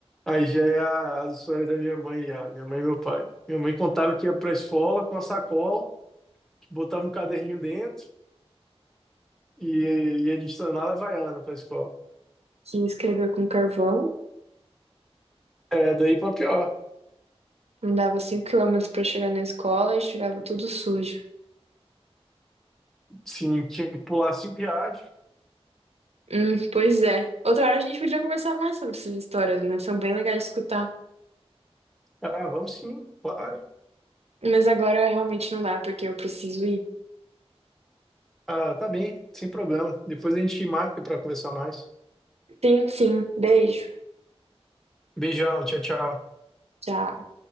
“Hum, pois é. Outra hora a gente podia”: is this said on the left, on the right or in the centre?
Right